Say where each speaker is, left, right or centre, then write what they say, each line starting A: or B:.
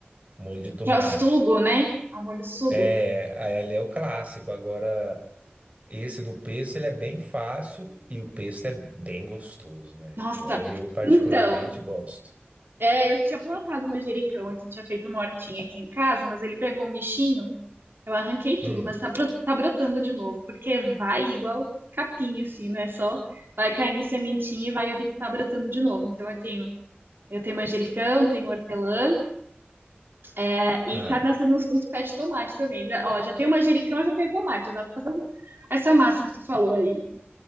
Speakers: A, on the right (about 35°); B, on the right (about 65°).
A: Molho de tomate.
B: Que é o sugo, né? É o molho sugo.
A: É, aí ele é o clássico. Agora, esse do pesto, ele é bem fácil e o pesto é bem gostoso, né?
B: Nossa.
A: Eu, eu particularmente
B: Então,
A: gosto.
B: é, eu tinha plantado manjericão aqui, tinha feito uma hortinha aqui em casa, mas ele pegou um bichinho. Eu arranquei tudo,
A: Hum,
B: mas tá, bro- tá brotando de novo, porque vai igual capinha, assim, não é só vai caindo sementinha e vai eu vi que tá brotando de novo. Então eu tenho, eu tenho manjericão, tenho hortelã, é, e
A: ah,
B: tá nascendo uns, uns pés de tomate também. Já- Ó, já tenho manjericão, já tenho tomate, já dá pra fazer um- essa massa que tu falou aí.